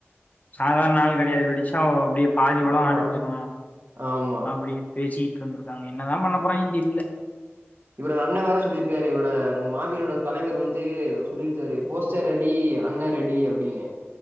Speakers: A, on the left; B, on the right.
A: சாதார் நாள் கெடையாது வெடிச்சா அப்டியே பாதிவளோ
B: ஆமா
A: அழிஞ்சிரு
B: ஆமா
A: அப்டின் பேசிட்ருந்திருக்காங்க என்னதா பண்ண போறாய்ங்கன் தெரியில
B: இவரோட அண்ண வேர சொல்லியிருக்காரு இவரோட நம்ம மாவிரரோட தலைவர் வந்து சொல்லி வித்தாரே
A: ம்
B: போஸ்டர் அடி அண்ண ரெடி அப்டினு